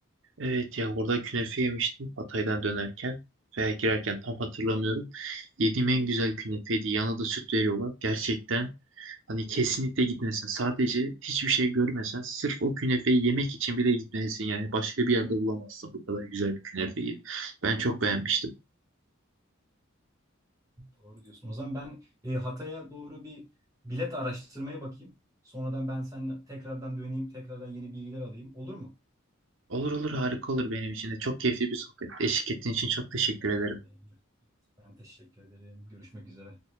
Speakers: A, on the right; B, on the right.
A: Evet ya orada künefe yemiştim Hatay'dan dönerken veya girerken tam hatırlamıyorum. Yediğim en güzel künefeydi. Yanına da süt veriyorlar. Gerçekten hani kesinlikle gitmesin. Sadece hiçbir şey görmesen sırf o künefeyi yemek için bile gitmelisin. Yani başka bir yerde bulamazsın bu kadar güzel bir künefeyi. Ben çok beğenmiştim.
B: Doğru diyorsun. O zaman ben e, Hatay'a doğru bir bilet araştırmaya bakayım. Sonradan ben seninle tekrardan döneyim, tekrardan yeni bilgiler alayım. Olur mu?
A: Olur olur harika olur benim için de. Çok keyifli bir sohbet. Eşlik ettiğin için çok teşekkür
B: Evet,
A: ederim.
B: benim de. Ben teşekkür ederim. Görüşmek üzere.